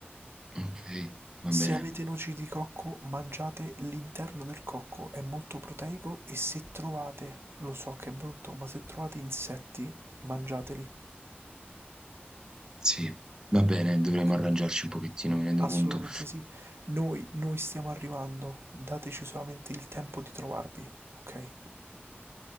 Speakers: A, on the right (about 15°); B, on the right (about 80°).
A: Okay, va
B: Se
A: bene.
B: avete noci di cocco, mangiate l'interno del cocco, è molto proteico e se trovate, lo so che è brutto, ma se trovate insetti, mangiateli.
A: Sì, va bene, dovremmo
B: Ok?
A: arrangiarci un pochettino, mi rendo
B: Assolutamente
A: conto.
B: sì. Noi, noi stiamo arrivando, dateci solamente il tempo di trovarvi, ok?